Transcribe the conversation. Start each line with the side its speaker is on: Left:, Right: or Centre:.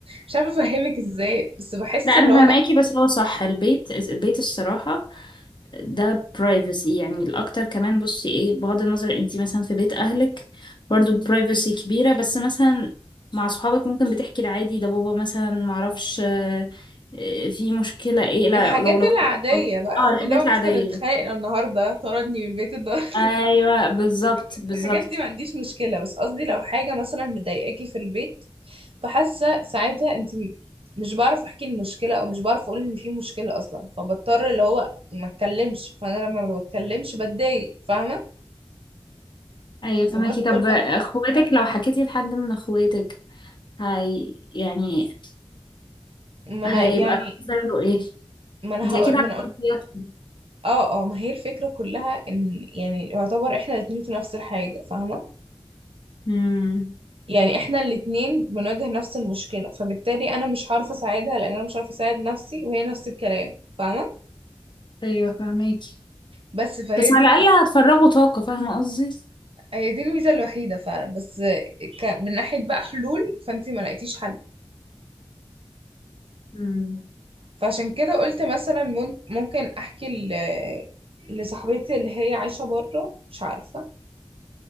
Right: مش عارفه افهمك ازاي بس بحس
Left: لا انا
Right: اللي هو
Left: فهماكي
Right: لا
Left: بس هو صح البيت البيت الصراحة ده privacy يعني الأكتر كمان بصي ايه بغض النظر انتي مثلا في بيت أهلك برضو privacy كبيرة بس مثلا مع صحابك ممكن بتحكي العادي ده بابا مثلا معرفش آه، آه، في مشكلة ايه لا
Right: الحاجات
Left: لو لك
Right: العاديه بقى
Left: اه الحاجات
Right: اللي هو
Left: العادية
Right: مثلا اتخانقنا النهارده طردني من البيت النهارده
Left: ايوه بالظبط
Right: <laughs>
Left: بالظبط
Right: الحاجات دي ما عنديش مشكله بس قصدي لو حاجه مثلا مضايقاكي في البيت فحاسه ساعتها انت م- مش بعرف احكي المشكله او مش بعرف اقول ان في مشكله اصلا فبضطر اللي هو ما اتكلمش فانا لما ما بتكلمش بتضايق فاهمه
Left: ايوه فماكي
Right: وبدخل
Left: طب
Right: بقى
Left: اخواتك لو حكيتي لحد من اخواتك هي يعني
Right: ما انا
Left: هيبقى
Right: يعني
Left: رد فعله ايه
Right: ما انا
Left: انتي
Right: هقول
Left: اكيد عارفة
Right: ما انا
Left: شخصياتهم
Right: اه اه ما هي الفكرة كلها ان يعني يعتبر احنا الاتنين في نفس الحاجة فاهمة
Left: امم
Right: يعني احنا الاتنين بنواجه نفس المشكلة فبالتالي انا مش هعرف اساعدها لان انا مش عارفة اساعد نفسي وهي نفس الكلام فاهمة
Left: ايوه فهماكي
Right: بس فهي
Left: بس
Right: دي
Left: على
Right: بتبقى
Left: الأقل هتفرغوا طاقة فاهمة قصدي
Right: هي دي الميزة الوحيدة فعلا بس ك... من ناحية بقى حلول فانتي ما لقيتيش حل
Left: مم.
Right: فعشان كده قلت مثلا ممكن, ممكن احكي ل... لصاحبتي اللي هي عايشة بره مش عارفة